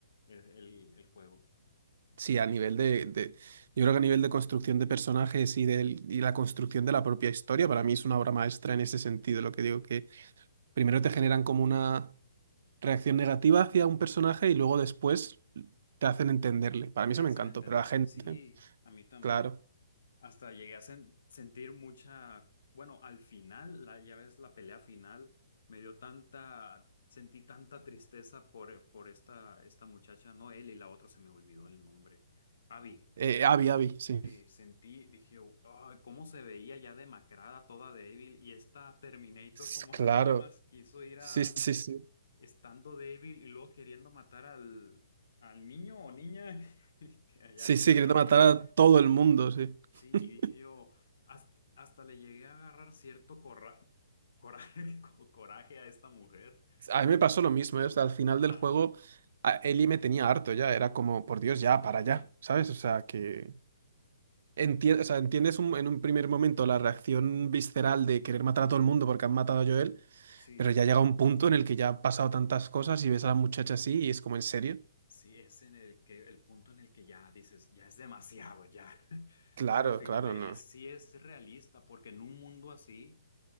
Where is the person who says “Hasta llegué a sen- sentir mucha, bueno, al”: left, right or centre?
Left